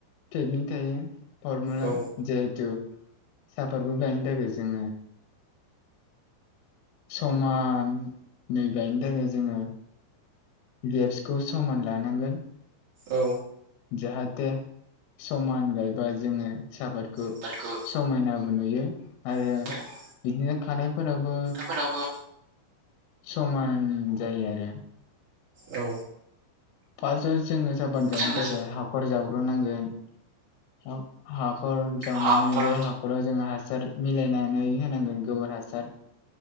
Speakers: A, on the left; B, on the right.
A: टेकनिक थायो। फरमुला
B: औ
A: जिहेथु सापातखौ गायनो थाखाय जों समान गायनो थाखाय जोङो गेब्सखौ समान लानांगोन
B: औ
A: जाहाथे समान गायबा जोङो सापादखौ
B: आबादखौ
A: समायनाबो नुयो आरो
B: बिदिनो
A: बिदिनो खानाय फोरावो
B: फोरावबो
A: समान जायो आरो।
B: औ
A: फासआव जोङो साफाद गायनो
B: जोङो
A: थाखाय हाखर जावग्रोनांगोन। हाख-हाखर जावनानै
B: हाखर
A: बे हाखराव जोंहा सार मिलायनानै होनांगोन गोबोर हासार।